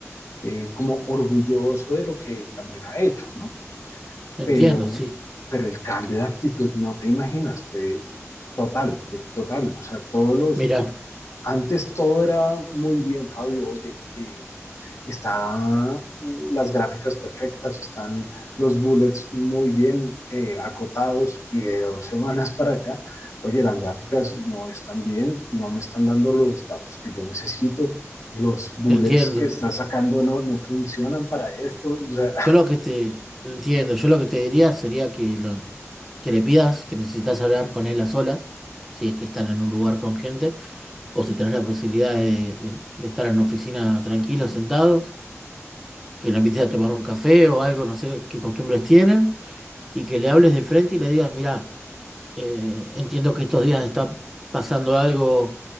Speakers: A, on the left; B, in the centre.
A: eh, como orgulloso de lo que también ha hecho, ¿no?
B: Entiendo,
A: Pero,
B: sí.
A: pero el cambio de actitud, no te imaginas, fue total, fue total. O sea, todos los,
B: Mira,
A: antes todo era muy bien, Fabio, oye, eh, están las gráficas perfectas, están los bullets muy bien eh, acotados y de dos <laughs> semanas para acá, oye, las gráficas no están bien, no me están dando los datos que yo necesito, los bullets
B: entiendo.
A: que está sacando no, no funcionan para esto. O sea,
B: Yo lo que te entiendo, yo lo que te diría sería que lo, que le pidas que necesitas hablar con él a solas, si es que están en un lugar con gente, o si tenés la posibilidad de, de- de estar en una oficina tranquilos, sentados, que le invites a tomar un café o algo, no sé qué costumbres tienen, y que le hables de frente y le digas, mira, Eh, entiendo que estos días está pasando algo